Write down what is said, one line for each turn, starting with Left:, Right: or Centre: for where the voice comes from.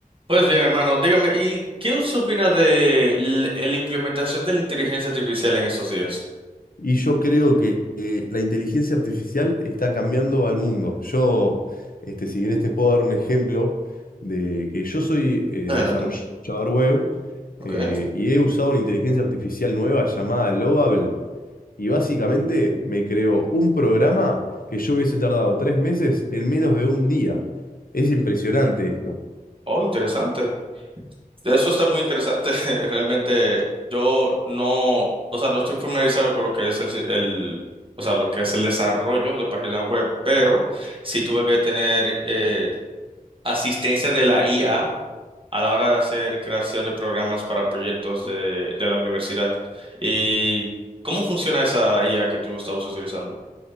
Right: Pues bien, hermano, dígame, ¿y qué usted opina de l- la implementación de la inteligencia artificial en estos días?
Left: Y yo creo que eh, la inteligencia artificial está cambiando al mundo. Yo, este, si querés, te puedo dar un ejemplo de que yo soy eh,
Right: Adelante.
Left: desarrollador web
Right: Ok.
Left: eh, y he usado una inteligencia artificial nueva llamada Lovable. Y básicamente me creó un programa que yo hubiese tardado tres meses en menos de un día. Es impresionante esto.
Right: Oh, interesante. Eso está muy interesante. <laughs> Realmente yo no, o sea, no estoy familiarizado con lo que es el, si- el, o sea, lo que es el desarrollo de páginas web, pero sí tuve que tener eh, asistencia de la IA a a la hora de hacer creación de programas para proyectos de, de la universidad. ¿Y cómo funciona esa IA que tú estabas utilizando?